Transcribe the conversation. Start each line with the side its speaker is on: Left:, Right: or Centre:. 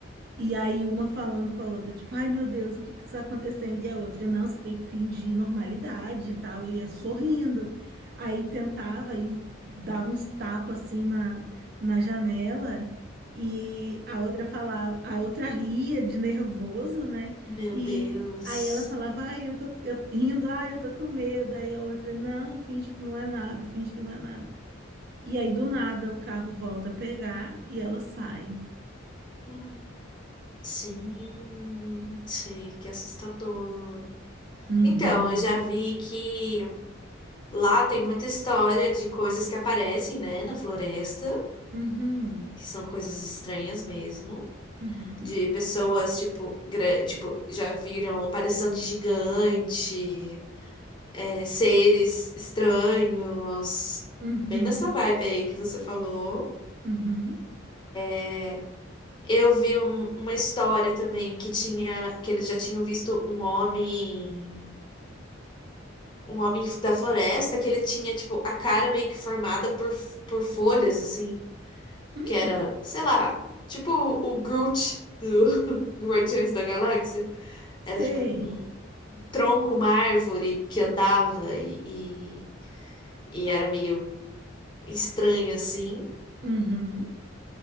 Right: E aí uma falando com a outra, tipo, ai meu Deus, o que que está acontecendo? E a outra, não, você tem que fingir normalidade e tal, e ia sorrindo. Aí tentava e dava uns tapas assim na, na janela, e a outra falava, a outra ria de nervoso, né?
Left: Meu
Right: E
Left: Deus.
Right: aí ela falava, ai, eu tô eu- rindo, ai, eu tô com medo. Aí a outra, não, finge que não é nada, finge que não é nada. E aí do nada o carro volta a pegar e ela sai.
Left: Hum. Gente, que assustador.
Right: Uhum.
Left: Então, eu já vi que lá tem muita história de coisas que aparecem, né, na floresta,
Right: Uhum.
Left: que são coisas estranhas mesmo.
Right: Uhum,
Left: de pessoas, tipo, gra- tipo, já viram aparição de gigante, é, seres estranhos,
Right: uhum,
Left: bem nessa vibe aí que você falou.
Right: uhum,
Left: É, Eu vi um- uma história também que tinha, que eles já tinham visto um homem, um homem da floresta que ele tinha, tipo, a cara meio que formada por, por folhas, assim,
Right: hum,
Left: que era, sei lá, tipo o Groot do <laughs> Guardiões da Galáxia.
Right: sei.
Left: Era tipo um, tronco, uma árvore que andava e, e, e era meio estranho assim.
Right: Uhum,